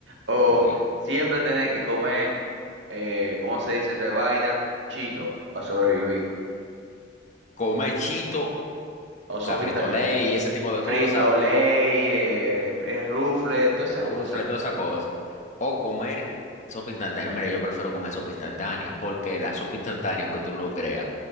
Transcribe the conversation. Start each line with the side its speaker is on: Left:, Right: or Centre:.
Right: O
Left: Uy.
Right: siempre tener que comer, eh, ¿cómo se dice esta vaina? Chito, para sobrevivir.
Left: Come Chito, o
Right: O sopa
Left: sea, fritolé
Right: instantánea.
Left: y ese tipo de cosas.
Right: Frito, ley,
Left: O
Right: eh, fr- eh, rufle, toda esa
Left: rufle,
Right: cosa.
Left: toda esa cosa. O comer sopa instantánea. Mira, yo prefiero comer sopa instantánea. Porque la sopa instantánea, aunque tú no lo creas,